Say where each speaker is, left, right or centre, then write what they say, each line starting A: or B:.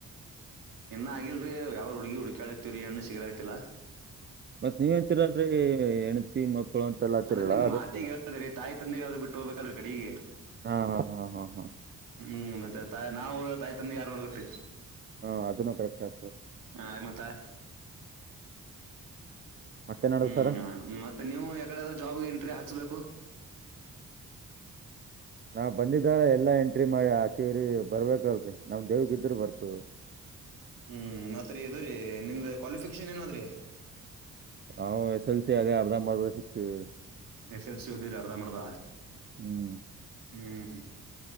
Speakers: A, on the right; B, on the right.
A: ಇನ್ನ ಆಗಿಲ್ರಿ ಯಾವ್ರು ಹುಡ್ಗಿ ಹುಡುಕಾಳೈತ್ತಿರಿ ಹೆಣ್ಣ ಸಿಗ್ಲಾತ್ತಿಲ್ಲ.
B: ಮತ್ ನೀವ್ ಅಂತೀರಲ್ರೀ ಹೆಂಡತಿ ಮಕ್ಕಳು ಅಂತಲ್ಲಾತ್ತರಲ್ಲಾ
A: ಅಂದ್ರೆ ನಿಮ್
B: ಅದ
A: ಮಾತಿಗೆ
B: ಕೇಳ
A: ಹೇಳದ್ರಿ ತಾಯಿ ತಂದಿಗಾದ್ರು ಬಿಟ್ಟು ಹೋಗಬೇಕಲ್ಲ ಕಡೀಗೆ.
B: ಹಾ ಹಾ ಹಾ ಹಾ ಹಾ
A: ಹ್ಮ್ ಮತ್ತೆ ತಾಯ್ ನಾವು ಹೋದ್ರೆ ತಾಯಿ ತಂದೆ ಯಾರ್ ನೋಡ್ಬೇಕ್ರೀ.
B: ಹಾ ಅದೆನೋ ಕರೆಕ್ಟ್ ಆಗ್ತದೆ.
A: ಹ ಆ ಮತ್ತ?
B: ಮತ್ತೆನದ
A: ಹ್ಮ್
B: ಸರ
A: ಮತ್ತೆ ನೀವು ಯಾಕಡೆದ್ರ ಜಾಬ್ಗೆ ಎಂಟ್ರಿ ಹಾಕ್ಸ್ಬೇಕು.
B: ನಾವ್ ಬಂದಿದ್ದರ ಎಲ್ಲಾ ಎಂಟ್ರಿ ಮಾಡಿ ಹಾಕಿವ್ರಿ ಬರ್ಬೇಕಲ್ರರಿ ನಮ್ ದೇವ್ಗ ಇದ್ರರು ಬರ್ತದ.
A: ಹ್ಮ್ ಮತ್ತೆ ಇದುರೀ ನಿಮ್ದ್ ಕ್ವಾಲಿಫಿಕೇಶನ್ ಏನದ್ರೀ?
B: ನಾವು ಎಸ್ ಎಲ್ ಸಿ ಅದೇ ಅರ್ಧಂಬರ್ದ ಸಿಕ್ತಿವಿ.
A: ಎಸ್ ಎಲ್ ಸಿ ಓದಿರಿ ಅರ್ಧ ಮರ್ದ
B: ಹ್ಮ್
A: ಹ್ಮ್